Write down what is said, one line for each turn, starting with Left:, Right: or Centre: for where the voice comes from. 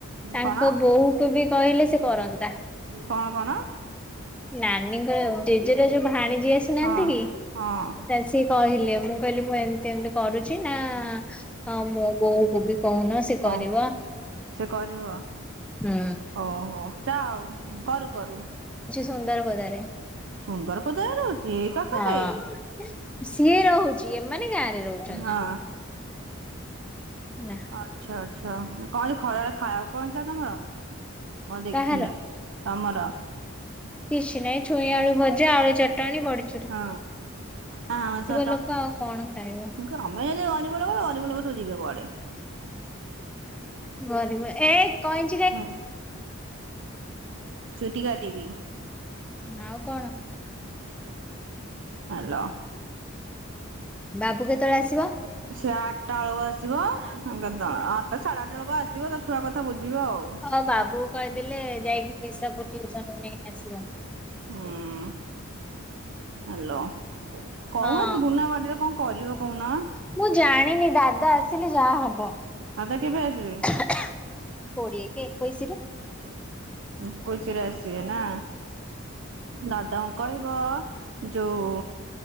Centre: ତାଙ୍କ
Right: କଣ?
Centre: ବୋହୂକୁ ବି କହିଲେ ସେ କରନ୍ତା।
Right: କଣ କଣ।
Centre: ନାନୀଙ୍କ ଜେଜେର ଯୋଉ ଭାଣୀଯି ଆସିନାହାନ୍ତି
Right: ହଁ
Centre: କି
Right: ହଁ।
Centre: ତାଲେ ସିଏ କହିଲେ ମୁଁ କହିଲି ମୁଁ ଏମିତି ଏମିତି କରୁଛି ନା ହଁ ମୋ ବୋଉ କୁ ବି କହୁନ ସେ
Right: କଣ
Centre: କରିବ।
Right: ସେ କରିବ
Centre: ହୁଁ।
Right: ଓହୋ ଯା ଚା ଉ କରୁ କରୁ।
Centre: ସୁନ୍ଦର ପଦାରେ।
Right: ସୁନ୍ଦର ପଦାରେ ରୋହୁଛି ଏଇ ପାଖରେ।
Centre: ହଁ। ସିଏ ରହୁଛି ଏମାନେ ଗାଁ ରେ ରହୁଛନ୍ତି
Right: ହଁ।
Centre: ନା।
Right: ଅଛ ଅଛ କଣ ଖରାଳେ ଖାଇବାକୁ କଣ ହେଥିଲା ତମର। ମୁଁ ଆ ଦେଖିନି
Centre: କାହାର?
Right: ତମର।
Centre: କିଛି ନହିଁ ଛୁଇଁ ଆଳୁ ଭଜା ଆଳୁ ଚଟଣି ବଢି
Right: ହଁ। ହାଁ ମ ଚଟ
Centre: ଲୋକ
Right: ମୁଁ
Centre: ଆଉ କଣ ଖାଇବ
Right: କ ତମେ ଯଦି ଗରିବ ଲୋକ ଗରିବ ଲୋକ ସବୁ ଯିବେ କୁଆଡେ।
Centre: ଗରିବ ଏ କ ଇ
Right: ହଁ। ଛୁଟି କାଟିବି
Centre: ଆଉ କଣ
Right: ହାଲୋ।
Centre: ବାବୁ କେତେବେଳେ ଆସିବ।
Right: ସେ ଆଠଟା ଆଳକୁ ଆସିବ। <unintelligible> ଆଠଟା ସାଢେ ଆଠଟା ବେଳକୁ ଆସିବ ତା ଛୁଆ କଥା ବୁଝିବ ଆଉ।
Centre: ଅ ବାବୁକୁ କହିଦେଲେ ଯାଇକି ତ୍ରିସାକୁୁ ଟିଉସନରୁ ନେଇ ଆସିବ।
Right: ହୁଁ ହାଲୋ କହନ
Centre: ହଁ
Right: ଗୁନା ବାଡିରେ କଣ କରିବ କହୁନ?
Centre: ମୁଁ ଜାଣିନି ଦାଦା ଆସିଲେ ଯାହା ହବ।
Right: ଦାଦା କେବେ ଆସିବେ?
Centre: କୋଡିଏ କି ଏକୋଇଶିରୁ।
Right: ଏକୋଇଶି ରେ ଆସିବେ ନା? ଦାଦାଙ୍କୁ କହିବ ଯୋଉ